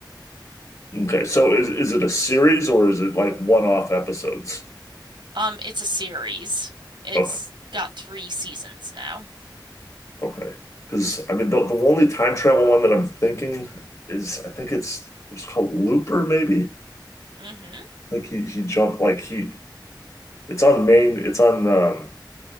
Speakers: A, on the left (about 40°); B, on the right (about 75°).
A: Okay. So is is it a series or is it like one-off episodes?
B: Um, it's a series. It's
A: Okay.
B: got three seasons now.
A: Okay. Because I mean, the the only time travel one that I'm thinking is I think it's it's called Looper. Maybe
B: Mm-hmm.
A: I think he he jumped like he it's on main it's on um